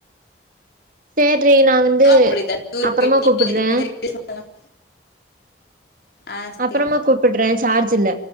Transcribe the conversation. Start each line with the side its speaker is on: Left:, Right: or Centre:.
Right: சேர்டி நா வந்து
Left: அப்படிதான் டூர்
Right: அப்புறமா
Left: போயிட்டு
Right: கூப்பிட்றே
Left: இந்த இந்த ரீல்ஸ் பண்ணலாம். ஆ
Right: அப்புறமா
Left: சரி.
Right: கூப்பிட்றே சார்ஜ் இல்ல